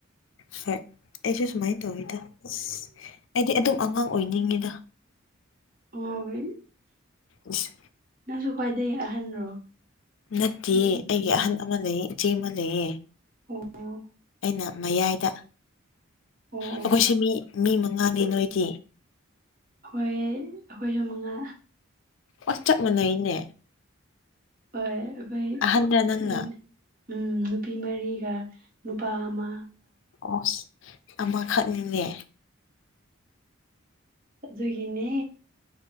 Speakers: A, on the left; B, on the right.
A: ꯐꯦꯛ ꯑꯩꯁꯨ ꯁꯨꯃꯥꯏꯟ ꯇꯧꯋꯤꯗ ꯑꯁ ꯑꯩꯗꯤ ꯑꯗꯨꯝ ꯑꯉꯥꯡ ꯑꯣꯏꯅꯤꯡꯉꯤꯗ
B: ꯍꯣꯏ
A: ꯑꯁ
B: ꯅꯪꯁꯨ ꯈ꯭ꯋꯥꯏꯗꯩ ꯑꯍꯟꯔꯣ
A: ꯅꯠꯇꯤꯌꯦ
B: ꯅꯣꯏ
A: ꯑꯩꯒꯤ
B: ꯏꯃꯨꯡꯗ
A: ꯑꯍꯟ ꯑꯃꯥ ꯂꯩꯌꯦ ꯏꯆꯦ ꯑꯃꯥ ꯂꯩꯌꯦ
B: ꯑꯣ ꯑꯣ
A: ꯑꯩꯅ ꯃꯌꯥꯏꯗ
B: ꯑꯣ
A: ꯑꯩꯈꯣꯏꯁꯤ ꯃꯤ ꯃꯤ ꯃꯉꯥꯅꯤ ꯅꯣꯏꯗꯤ
B: ꯑꯈꯣꯏ ꯑꯩꯈꯣꯏꯁꯨ ꯃꯉꯥ
A: ꯑꯁ ꯆꯞ ꯃꯥꯟꯅꯩꯅꯦ
B: ꯍꯣꯏ ꯑꯩꯈꯣꯏ
A: ꯑꯍꯟꯔ ꯅꯪꯅ
B: ꯎꯝ ꯎꯝ ꯅꯨꯄꯤ ꯃꯔꯤꯒ ꯅꯨꯄꯥ ꯑꯃꯥ
A: ꯑꯣꯁ ꯑꯃꯥꯈꯛꯅꯤꯅꯦ
B: ꯑꯗꯨꯒꯤꯅꯦ